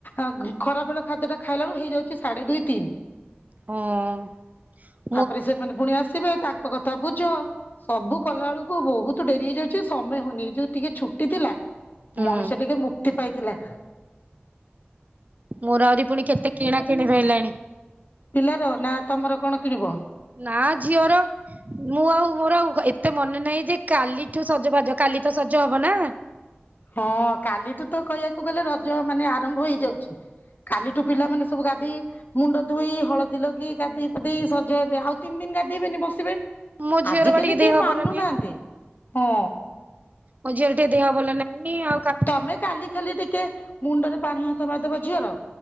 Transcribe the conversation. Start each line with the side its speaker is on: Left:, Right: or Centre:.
Left: ଅ ଖରାବେଳ ଖାଦ୍ୟଟା ଖାଇଲା ବେଳୁ ହେଇଯାଉଛି ସାଢେ ଦୁଇ ତିନି।
Right: ହୁଁ।
Left: ତାପରେ ସେମାନେ ପୁଣି ଆସିବେ ତାଙ୍କ କଥା ବୁଝ। ସବୁ କଲା ବେଳକୁ ବହୁତ ଡେରି ହେଇଯାଉଛି ସମୟ ହୋଉନି ଏ ଯୋଉ ଟିକେ ଛୁଟି ଥିଲା।
Right: ହୁଁ
Left: ମଣିଷ ଟିକେ ମୁକ୍ତି ପାଇଥିଲା।
Right: ମୋର ଆହୁରି ପୁଣି କେତେ କିଣା କିିଣି ରହିଲାଣି।
Left: ପିଲାର ନା ତମର କଣ କିଣିବ?
Right: ନାଁ ଝିଅର। ମୁଁ ଆଉ ମୋର ଆଉ ଏତେ ମନେ ନାହିଁ ଯେ କାଲିଠୁ ସଜ ବାଜ କାଲି ତ ସଜ ହବ ନା।
Left: ହଁ କାଲିଠୁ ତ କହିବାକୁ ଗଲେ ରଜ ମାନେ ଆରମ୍ଭ ହେଇଯାଉଛି। କାଲିଠୁ ପିଲାମାନୋନେ ସବୁ ଗାଧେଇ ମୁଣ୍ଡ ଧୋଇ ହଳଦୀ ଲଗେଇ ଗାଧେଇ ପାଧେଇ ସଜ ହେବେ ଆଉ ତିନି ଦିନ ଗାଧେଇବେନି ବସିବେ।
Right: ମୋ ଝିଅର
Left: ଆଜିକାଲି
Right: ବା ଟିକେ
Left: କେହି
Right: ଦେହ
Left: ମାନୁନାହାଁନ୍ତି
Right: ଭଲ ନୁହେଁ
Left: ହଁ।
Right: ମୋ ଝିଅର ଟିକେ ଦେହ ଭଲ ନାହିଁ ଆଉ କା
Left: ତମେ କାଲି ଖାଲି ଟିକେ ମୁଣ୍ଡରେ ପାଣି ହାତ ମାରିଦବ ଝିଅର